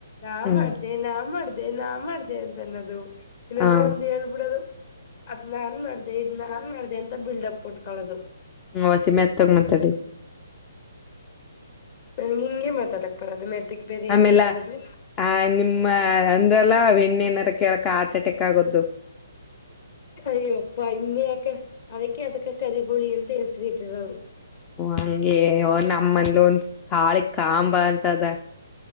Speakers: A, on the left (about 40°); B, on the left (about 20°).
A: ನಾ
B: ಹ್ಮ್
A: ಮಾಡ್ದ ನಾನ್ ಮಾಡ್ದ ಅದೇ ನಾ ಮಾಡ್್ದ ಅಂತ ಅನ್ನೋದು ಇನ್ನಾರ
B: ಹ
A: ಒಂದ್ ಹೇಳ್ಬಿಡೋದು ಅದ್ನ ಹನ್ ಮಾಡ್ದ ಇದ್ನ್ನ ಹಾನ್ ಮಾಡ್ದ ಅಂತ ಬಿಲ್ಡಪ್ ಉಟ್ಕಳೋದು
B: ಹ ವಸಿಮೆತ್ ತಗ ಮಾತಾಡಿ
A: ನನ್ಗೆ ಹಿಂಗೆ ಮಾತಡಕ್ ಬರದು ಮೆರ್ತಿಗೆ ಬೇರೆ
B: ಆಮೇಲೆ
A: ಏನ್ ಮಾತಾಡೋದು
B: ಆ ನಿಮ್ಮ ಅಂದ್ರಲ್ಲ ಎಣ್ಣೆನಾರ ಕೇಳಕ್ ಹಾರ್ಟ್ ಅಟ್ಯಾಕ್ ಆಗೋದು
A: ಅಯ್ಯವಪ್ಪಾ ಇನ್ ಯಕ ಅದಕ್ಕೆ ಅದಕ್ಕ ಕರಿಗುಳಿ ಅಂತ ಹೆಸರಿ ಇಟ್ಟರ ಅವರು
B: ಹಂಗೆ ನಮ್ಮಂದ ಒಂದ ತಾಳಿ ಕಂಬ ಅಂತದ